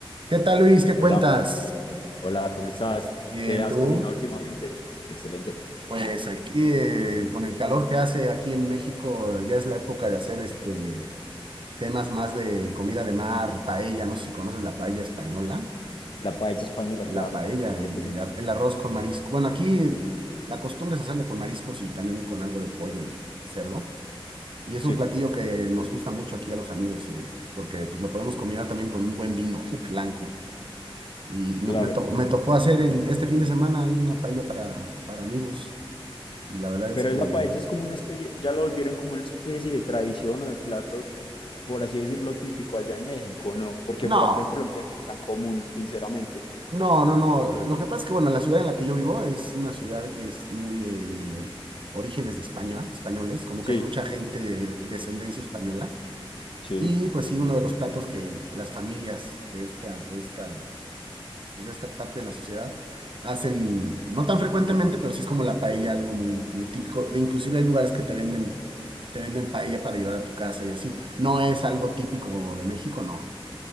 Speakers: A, on the right (about 60°); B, on the left (about 60°).
A: ¿Qué tal, Luis? ¿Qué
B: Hola,
A: cuentas?
B: hola, ¿cómo estás?
A: Bien,
B: ¿Qué has
A: tú,
B: cocinado últimamente? Excelente.
A: pues aquí eh, con el calor que hace aquí en México, ya es la época de hacer este temas más de comida de mar, paella, no sé si conoces la paella española,
B: La paella española,
A: la
B: claro,
A: paella,
B: claro
A: el,
B: que
A: el
B: sí.
A: ar- el arroz con marisco. Bueno, aquí la costumbre es hacerlo con mariscos y también con algo de pollo y cerdo. Y es
B: Sí,
A: un platillo que nos gusta mucho aquí a los amigos, eh, porque pues lo podemos combinar también con un buen vino blanco. Y
B: claro.
A: no- me, to- me tocó hacer el- este fin de semana ahí una paella para, para amigos. Y la verdad es
B: Pero
A: que
B: esa paella es como una especie, ya lo volvieron como una especie de tradición o de plato, por así decirlo, típico allá en México, ¿no? Porque
A: no,
B: por acá en Colombia no es tan común, sinceramente.
A: no, no, no. Lo que pasa es que, bueno, la ciudad en la que yo vivo es una ciudad que es muy eh, de orígenes de España, españoles, como
B: Sí,
A: que hay mucha gente de, de descendencia española.
B: sí,
A: Y pues sí, uno de los platos que las familias de esta, de esta pues, de esta parte de la sociedad, hacen, no tan frecuentemente, pero sí es como la paella, algo muy, muy típico. E inclusive hay lugares que te venden, te venden paella para llevar a tu casa y así. No es algo típico de México, no.